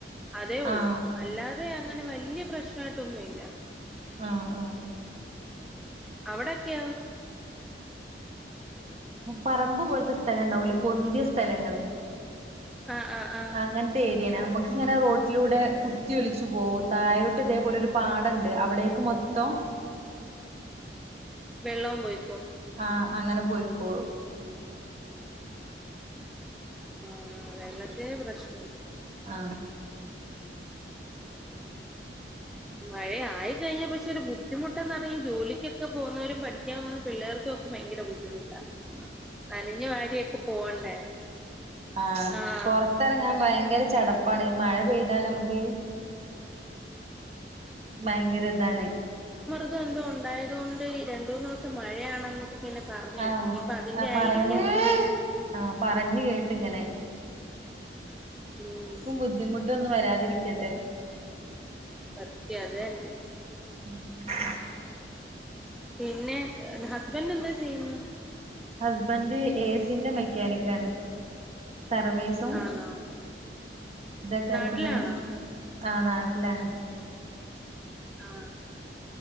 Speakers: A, in the centre; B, on the right.
A: അതേയൊള്ളൂ
B: ആഹ്
A: അല്ലാതെഅങ്ങനെ വല്ലിയ പ്രശ്നായിട്ടൊന്നുംഇല്ല
B: ആ ആ
A: അവിടൊക്ക്യോ
B: പറമ്പ്പോൽത്തെ സ്ഥലംണ്ടാവുലെ പൊൻന്തിയസ്ഥലങ്ങള്
A: ആഹ് ആഹ് ആഹ്
B: അങ്ങെൻത്തെഏരിയാണ് നമ്മുക്ക് ഇങ്ങനെറോട്ടിലൂടെ കുത്തിഒലിച്ചുപോവും താഴോട്ട്ഇതേപോലെ ഒരുപാടണ്ട് അവിടേക്ക്മൊം <unintelligible>
A: വെള്ളോംപോയി
B: ആഹ അങ്ങനെപോയിക്കോളും
A: മം വെള്ളത്തിന് പ്രശ്
B: ആ
A: മഴയായികഴിഞ്ഞ പക്ഷെ ഒരു ബുദ്ധിമുട്ടെന്നറി ജോലിക്കൊക്കെപോവുന്നവരും പഠിക്കാൻപോകുന്നപിള്ളേർക്കും ഭയങ്കരബുദ്ധിമുട്ട അല്ലെങ്കിവാടിയൊക്കെ പോവണ്ടേ?
B: ആ
A: ആഹ്
B: പൊറത്ത്റങ്ങാൻ ഭയങ്കരചടപ്പാണ് ഈമഴ പെയ് എന്നാൽനമുക്ക് ഭയങ്കരഇതാണ്
A: ഇതെന്തോ ഉണ്ടായതുകൊണ്ട് രണ്ടൂന്നുസം മഴയാണെന്ന് ഇങ്ങനെ പറഞ്ഞ് കേട്ട്
B: ആഹ
A: ഇനിയിപ്പ അതിന്റെ
B: ആഹ പറഞ്ഞു
A: ആയിരിക്കാം
B: ആഹ പറഞ്ഞ് കേട്ട്ഇങ്ങനെ
A: ഉം
B: ബുദ്ധിമുട്ടൊന്നും വരാതിരിക്കട്ടെ
A: സത്യാ അതന്നെ
B: <unintelligible>
A: പിന്നെ ഹസ്ബൻറ് എന്താ ചെയ്യുന്ന്
B: ഹസ്ബൻ് ഏസിന്റെ മെക്കാനിക്കാണ് സർവീസും
A: ആണോ
B: തെക്കെആയിട്ട്
A: നാട്ടിലാണോ
B: ഇങ്ങനെ ആഹ് നാട്ടിലാണ്
A: ആ